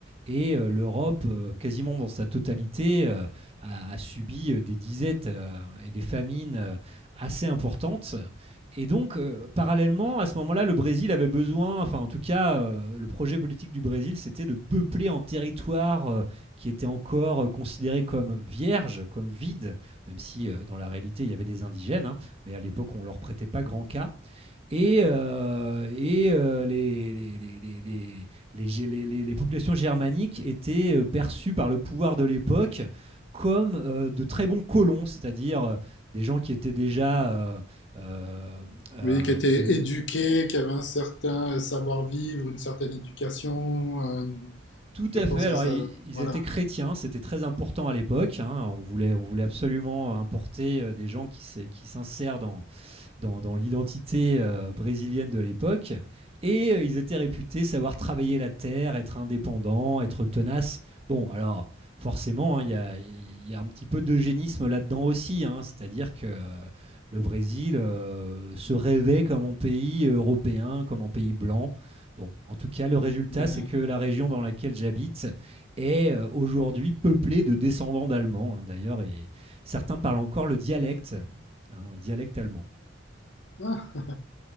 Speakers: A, on the right (about 30°); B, on the left (about 65°).
A: Et euh, l'Europe, euh, quasiment dans sa totalité, euh, a, a subi euh, des disettes euh, et des famines euh, assez importantes. Et donc, euh, parallèlement, à ce moment-là, le Brésil avait besoin, enfin en tout cas, euh, le projet politique du Brésil, c'était de peupler en territoire euh, qui était encore euh, considéré comme vierge, comme vide, même si euh, dans la réalité, il y avait des indigènes, hein, mais à l'époque, on ne leur prêtait pas grand cas et, euh, et euh, les, les, les- les- les- les les- les- populations germaniques étaient euh, perçues par le pouvoir de l'époque comme euh, de très bons colons, c'est-à-dire euh, des gens qui étaient déjà euh, euh, euh,
B: Oui, qui était
A: de-
B: éduqué, qui avait un certain savoir-vivre, une certaine éducation. euh,
A: tout
B: je
A: à
B: pense
A: fait. Alors
B: que ça,
A: i- ils
B: voilà.
A: étaient chrétiens, c'était très important à l'époque. hein, on voulait, on voulait absolument importer euh, des gens qui s'é- qui s'insèrent dans dans, dans l'identité euh, brésilienne de l'époque. Et euh, ils étaient réputés savoir travailler la terre, être indépendants, être tenaces. Bon, alors forcément, hein, il hein, y a- y, a un petit peu d'eugénisme là-dedans aussi. hein. C'est-à-dire que euh, le Brésil euh, se rêvait comme un pays européen, comme un pays blanc. Bon, en tout cas, le résultat,
B: Ouais.
A: c'est que la région dans laquelle j'habite est euh, aujourd'hui peuplée de descendants d'Allemands, hein, d'ailleurs, et certains parlent encore le dialecte, hein, un dialecte allemand.
B: Ah,